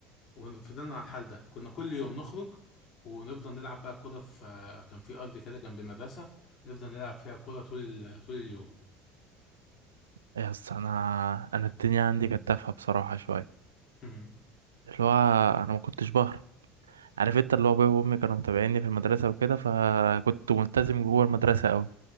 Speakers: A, on the left; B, on the right.
A: وفضلنا على الحال ده كنا كل يوم نخرج ونفضل نلعب بقى كرة في كان في أرض كده جنب المدرسة نفضل نلعب فيها كرة طول ال... طول اليوم
B: يا اسطى أنا أنا الدنيا عندي كانت تافهة بصراحة شوية
A: مم.
B: اللي هو أنا ما كنتش بهرب عارف انت اللي هو أبويا وأمي كانوا متابعيني في المدرسة وكده فكنت ملتزم جوه المدرسة أوي